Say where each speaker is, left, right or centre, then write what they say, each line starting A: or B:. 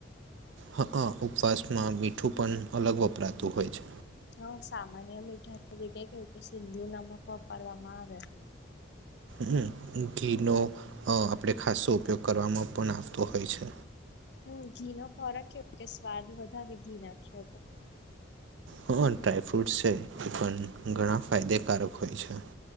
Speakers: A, on the right; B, on the left.
A: હા ઉપવાસમાં મીઠું પણ અલગ વપરાતું હોય છે
B: હ સામાન્ય મીઠાઈ જગ્યા કેુ કે સિંધુ નમક વાપરવામાં આવે
A: હ ઘીનો આપણે ખસ્સો ઉપયોગ કરવામાં પણ આવતો હોય છે
B: હમ ઘી નો ખોરાક કે સ્વાદ વધારે ઘી નાખ્યો તો
A: હા ડ્રાયફ્રુટ છે એ પણ ઘણા ફાયદેકારક હોય છે